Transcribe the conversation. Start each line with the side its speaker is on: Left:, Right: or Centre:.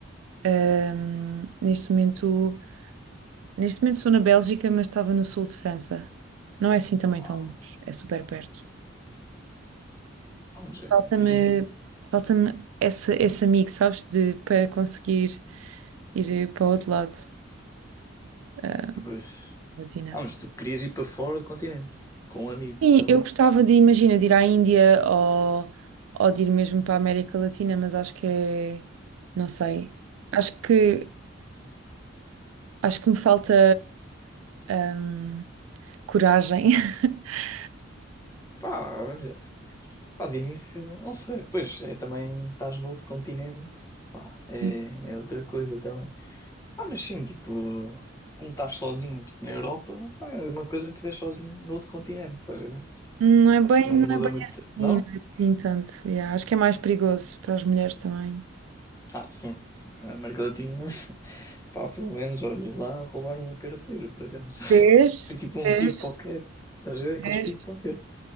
Right: Ahm, neste momento, neste momento sou na Bélgica, mas estava no sul de França. Não é assim também
Left: Ah,
Right: tão longe, é super perto.
Left: Vamos, é,
Right: Falta-me
Left: é fixe.
Right: falta-me essa- esse amigo, sabes, de, para conseguir ir eh, para o outro lado eh,
Left: Pois,
Right: Latina.
Left: Ah, mas tu querias ir para fora do continente, com um amigo
Right: Sim,
Left: também.
Right: eu gostava de, imagina, de ir à Índia ou, ou de ir mesmo para a América Latina, mas acho que é, não sei. Acho que, acho que me falta ahm, coragem. <laughs>
Left: Pá, olha, pá, de início, não sei, pois é, também estás no outro continente, pá, é,
Right: Sim.
Left: é outra coisa também. Ah, mas sim, tipo, como estás sozinho, tipo, na Europa, pá, é uma coisa que estiveres sozinho no outro continente, estás a ver?
Right: Não é
Left: Acho
Right: bem,
Left: que não
Right: não
Left: muda
Right: é bem
Left: muito,
Right: assim,
Left: não?
Right: não é assim tanto. Yeah, acho que é mais perigoso para as mulheres também.
Left: Ah, sim, a América Latina, <laughs> pá, pelo menos, olha, lá roubaram a carteira, por acaso. <laughs>
Right: Vês?
Left: Foi tipo um
Right: Vês?
Left: pickpocket, estás a ver aqueles
Right: Vês?
Left: pickpockets?